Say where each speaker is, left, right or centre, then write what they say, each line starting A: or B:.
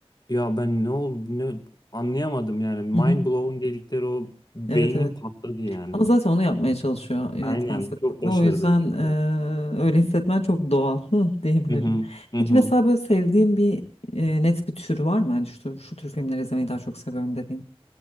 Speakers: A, on the left; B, on the left.
A: ya ben ne oldu ne anlayamadım yani mind
B: Hı hı.
A: blown dedikleri o beynin
B: Evet evet.
A: patladı yani.
B: Ama zaten onu yapmaya çalışıyor yönetmen
A: Aynen
B: sıklıkla.
A: çok başarılıydı.
B: O yüzden eee, öyle hissetmen çok doğal <laughs> hı, diyebilirim.
A: Hı hı. Hı
B: Peki
A: hı.
B: mesela böyle sevdiğin bir eee, net bir tür var mı? Yani şu, şu tür filmleri izlemeyi daha çok seviyorum dediğin.